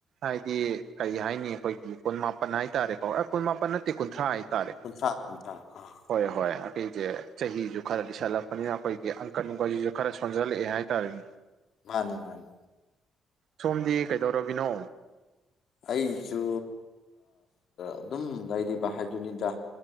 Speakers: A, on the right; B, on the left.
A: ꯍꯥꯏꯗꯤ ꯀꯩ ꯍꯥꯏꯅꯤ ꯑꯩꯈꯣꯏꯒꯤ ꯀꯨꯟ ꯃꯥꯄꯟ ꯍꯥꯏꯇꯥꯔꯦꯀꯣ ꯀꯨꯟ ꯃꯥꯄꯟ ꯅꯠꯇꯦ ꯀꯨꯟꯊ꯭ꯔꯥ ꯍꯥꯏꯇꯥꯔꯦ
B: ꯀꯨꯟꯊ꯭ꯔꯥ ꯀꯨꯟꯊ꯭ꯔꯥ ꯑꯥ
A: ꯍꯣꯏ ꯍꯣꯏ ꯑꯩꯩꯁꯦ ꯆꯍꯤꯁꯨ ꯈꯔ ꯂꯤꯁꯜꯂꯛꯄꯅꯤꯅ ꯑꯩꯈꯣꯏꯒꯤ ꯑꯪꯀ ꯅꯨꯡꯀꯁꯤꯁꯨ ꯈꯔ ꯁꯣꯟꯖꯜꯂꯛꯑꯦ ꯍꯥꯏꯇꯥꯔꯦꯅꯦ
B: ꯃꯥꯅꯦ ꯃꯥꯅꯦ
A: ꯁꯣꯝꯗꯤ ꯀꯩꯗꯧꯔꯝꯃꯤꯅꯣ
B: ꯑꯩꯁꯨ ꯑꯗꯨꯝ ꯂꯩꯔꯤꯕ ꯍꯥꯏꯗꯨꯅꯤꯗ